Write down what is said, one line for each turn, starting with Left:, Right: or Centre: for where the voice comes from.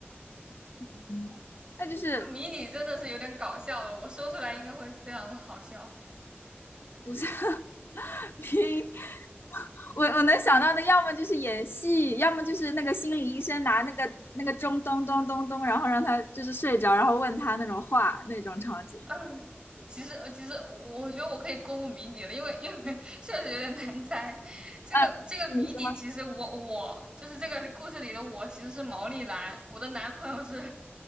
Left: 嗯那就是
Right: <laughs> 这个谜底真的是有点搞笑的，我说出来应该会非常的好笑。
Left: 不是 <laughs> 迷晕
Right: 嗯
Left: 我我能想到的，要么就是演戏，要么就是那个心理医生拿那个那个钟咚咚咚咚，然后让他就是睡着，然后问他那种话那种场景。
Right: <laughs> 嗯，其实呃其实我我觉得我可以公布谜底了，因为因为 <laughs> 确实有点难猜。这个这个谜底，
Left: 嗯，你说。
Right: 其实我我就是这个故事里的我，其实是毛利兰，我的男朋友是